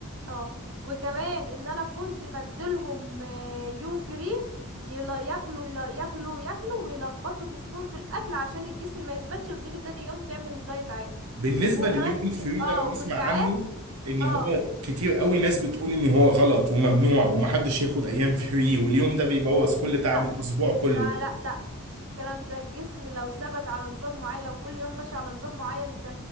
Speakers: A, on the right; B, on the right.
A: اه وكمان ان انا كنت بدلهم آه، يوم فري يلا ياكلوا يلا ياكلوا ياكلوا ويلخبطوا جسمهم في الاكل عشان الجسم ما يثبتش وتيجي تاني يوم تعمل دايت عادي
B: بالنسبه
A: وكمان
B: لليوم الفري
A: اه
B: ده انا
A: وساعات
B: بسمع عنه ان
A: اه
B: هو كتير قوي ناس بتقول ان هو غلط وممنوع ومحدش ياخد ايام فري واليوم ده بيبوظ كل تعب
A: لا
B: الاسبوع كله
A: لا لا لا مش الكلام ده الجسم لو ثبت على نظام معين لو كل يوم ماشي على نظام معين ت-